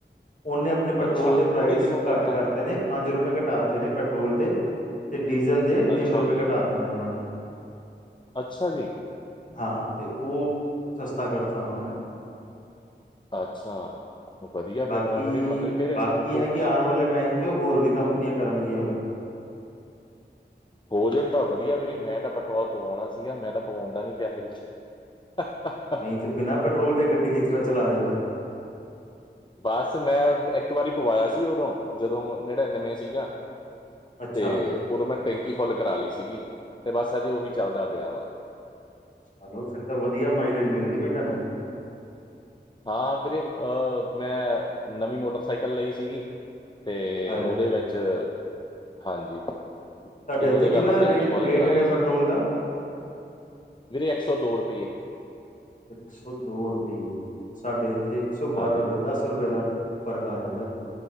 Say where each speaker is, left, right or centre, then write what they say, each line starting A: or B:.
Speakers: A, on the left; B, on the left.
A: ਉਹਨੇ ਆਪਣੇ ਪੈਟਰੋਲ
B: ਅੱਛਾ
A: ਦੇ ਪ੍ਰਾਈਸ
B: ਉਹਨੇ ਕਿੰਨਾ ਕਰਤਾ
A: ਘੱਟ ਕਰਤੇ ਨੇ ਪੰਜ ਰੁਪਏ ਘਟਾਤੇ ਨੇ ਪੈਟਰੋਲ ਤੇ ਤੇ ਡੀਜ਼ਲ ਦੇ
B: ਅੱਛਾ
A: ਤਿੰਨ ਰੁਪਏ
B: ਜੀ
A: ਘਟਾਤੇ ਨੇ ਉਹਨਾਂ ਨੇ।
B: ਅੱਛਾ ਜੀ।
A: ਹਾਂ ਤੇ ਉਹ ਸਸਤਾ ਕਰਤਾ ਉਹਨਾਂ ਨੇ
B: ਅੱਛਾ ਵਧੀਆ
A: ਬਾਕੀ
B: ਫਿਰ ਤਾਂ ਵਿਰੇ ਮਤਲਬ ਕਿ
A: ਬਾਕੀ
B: ਤੋਂ
A: ਹੈ ਕਿ ਆਉਣ ਵਾਲੇ ਟਾਈਮ ਤੇ ਹੋਰ ਵੀ ਕੰਪਨੀਆਂ ਕਰਨਗੀਆਂ ਫਿਰ
B: ਭੋਜਨ ਤਾਂ ਵਧੀਆ ਵੀਰੇ ਮੈਂ ਤਾਂ ਪੈਟਰੋਲ ਪਵਾਉਣਾ ਸੀਗਾ ਮੈਂ ਤਾਂ ਪਵਾਉਂਦਾ ਨੀ ਪਿਆਸਦੇੇ <unintelligible>
A: ਨਹੀਂ ਬਿਨਾਂ ਪੈਟਰੋਲ ਦੇ ਗੱਡੀ ਕਿਸ ਤਰ੍ਹਾਂ ਚਲਾ ਰਹੇ ਹੋ ਫਿਰ
B: ਬਸ ਮੈਂ ਇੱਕ ਵਾਰੀ ਪਵਾਇਆ ਸੀ ਉਦੋਂ ਜਦੋਂ ਨੜਿਨਵੇਂ ਸੀਗਾ
A: ਅੱਛਾ
B: ਤੇ ਉਦੋਂ ਮੈਂ ਟੈਂਕੀ ਫੁੱਲ ਕਰਾ ਲਈ ਸੀਗੀ ਤੇ ਬਸ ਅਜੇ ਉਹੀ ਚੱਲਦਾ ਪਿਆ ਵਾ
A: ਹੈਲੋ ਫਿਰ ਤਾਂ ਵਧੀਆ ਮਾਈਲੇਜ ਮਿਲਦੀ ਬਈ ਤੁਹਾਨੂੰ
B: ਹਾਂ ਵੀਰੇ ਅਹ ਮੈਂ ਨਵੀਂ ਮੋਟਰਸਾਈਕਲ ਲਈ ਸੀਗੀ ਤੇ
A: ਅਰੇ
B: ਉਹਦੇ ਵਿੱਚ ਹਾਂਜੀ
A: ਤੁਹਾਡੇ
B: ਤੇ ਉਹਦੇ
A: ਇੱਥੇ ਕਿੰਨਾ
B: ਵੀ ਆਪਾਂ ਟੈਂਕੀ
A: ਰੇ
B: ਫੁਲ
A: ਰੇਟ
B: ਕਰਾ
A: ਹੈਗਾ
B: ਲਈ ਸੀ
A: ਪੈਟਰੋਲ ਦਾ
B: ਵੀਰੇ ਇੱਕ ਸੌ ਦੋ ਰੁਪਈਏ
A: ਇੱਕ ਸੌ ਦੋ ਰੁਪਈਏ ਸਾਡੇ ਇੱਥੇ ਇੱਕ ਸੌ
B: ਹਾਂਜੀ
A: ਬਾਰਾਂ ਰੁਪਏ ਦਸ ਰੁਪਏ ਦਾ ਫ਼ਰਕ ਆ ਜਾਂਦਾ ਇੱਥੇ